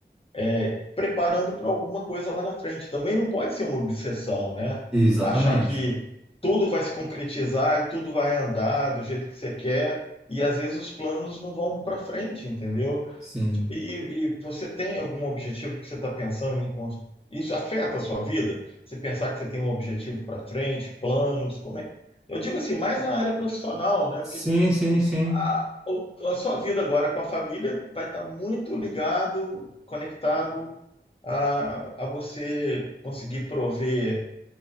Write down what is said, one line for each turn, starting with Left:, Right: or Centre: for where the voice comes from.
Left: é, preparando para alguma coisa lá na frente. Também não pode ser uma obsessão, né?
Centre: Exatamente.
Left: Achar que tudo vai se concretizar e tudo vai andar do jeito que você quer, e às vezes os planos não vão para frente, entendeu?
Centre: Sim.
Left: E, e você tem algum objetivo que você está pensando em cons- Isso afeta a sua vida? Você pensar que você tem um objetivo para frente, planos, como é? Eu digo assim, mais na área profissional, né?
Centre: Sim,
Left: Porque
Centre: sim, sim.
Left: a, o- a sua vida agora com a família vai estar muito ligado, conectado a, a você conseguir prover